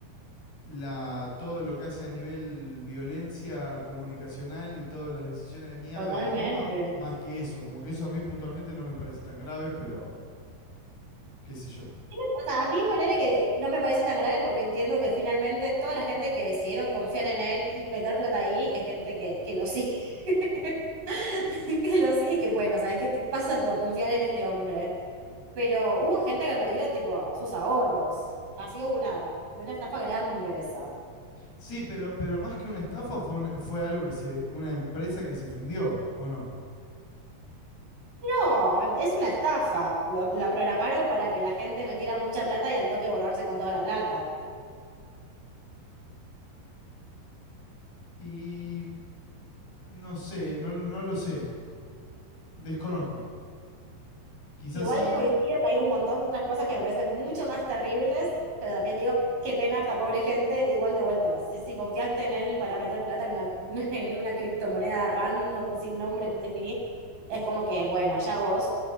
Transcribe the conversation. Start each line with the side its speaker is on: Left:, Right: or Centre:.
Left: la, todo lo que hace a nivel violencia comunicacional y todas las decisiones de mierda
Right: Totalmente.
Left: que toma, más que eso. Como que eso a mí puntualmente no me parece tan grave, pero qué sé yo.
Right: no- O sea, a mí ponerle que no me parece tan grave porque entiendo que finalmente toda la gente que decidieron confiar en él y meter plata ahí es gente que, que lo sigue. <laughs> Que lo sigue y que bueno, ¿sabes qué te pasa por confiar en este hombre? Pero hubo gente que perdió, tipo, sus ahorros. Así hubo una, una estafa grande esa.
Left: Sí, pero, pero más que una estafa fue, una- fue algo que se, una empresa que se fundió, ¿o no?
Right: No, es una estafa. Lo- la programaron para que la gente metiera mucha plata y al toque borrarse con toda la plata.
Left: Y no sé, no, no lo sé, desconozco. Quizás
Right: Igual
Left: sí.
Right: coincido que hay un montón de otras cosas que me parecen mucho más terribles, pero también digo, qué pena esta pobre gente, igual de vuelta. Si, si confiaste en él para meter plata en una, <laughs> en una criptomoneda random, sin nombre definido, es como que, bueno, allá vos.